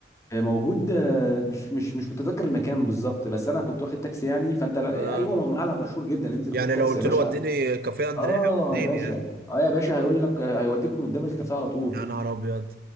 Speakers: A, on the left; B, on the right.
A: آه، موجود آه، مش مش مش متذكر المكان بالظبط بس انا كنت واخد تاكسي يعني فانت لا-
B: آه
A: ايوه معلم مشهور جدا انزل
B: يعني
A: خد تاكسي
B: لو قلت
A: يا باشا
B: له وديني كافيه اندريا
A: اه
B: وديني
A: يا باشا
B: يعني
A: اه يا باشا هيقول لك هيوديك من قدام الكافيه على طول
B: يا نهار ابيض